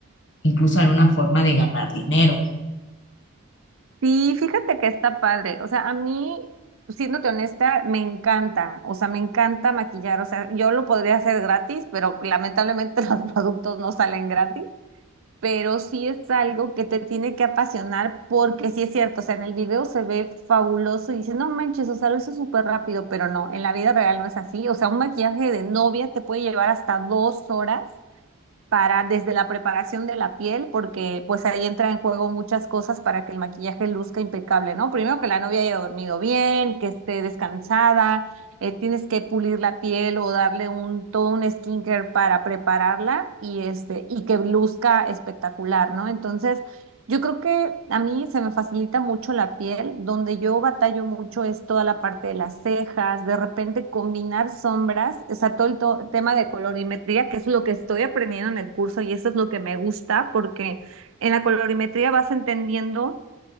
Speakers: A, on the left; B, on the right.
A: incluso en una forma de ganar dinero.
B: Sí, fíjate que está padre. O sea, a mí, siéndote honesta, me encanta. O sea, me encanta maquillar. O sea, yo lo podría hacer gratis, pero lamentablemente <laughs> los productos no salen gratis. pero sí es algo que te tiene que apasionar porque sí es cierto, o sea, en el video se ve fabuloso y dice, no manches, o sea, lo hizo súper rápido, pero no, en la vida real no es así, o sea, un maquillaje de novia te puede llevar hasta dos horas para desde la preparación de la piel, porque pues ahí entra en juego muchas cosas para que el maquillaje luzca impecable, ¿no? Primero que la novia haya dormido bien, que esté descansada, eh, tienes que pulir la piel o darle un todo un skincare para prepararla y este y que luzca espectacular, ¿no? Entonces, yo creo que a mí se me facilita mucho la piel, donde yo batallo mucho es toda la parte de las cejas, de repente combinar sombras, o sea, todo el to- tema de colorimetría, que es lo que estoy aprendiendo en el curso y eso es lo que me gusta, porque en la colorimetría vas entendiendo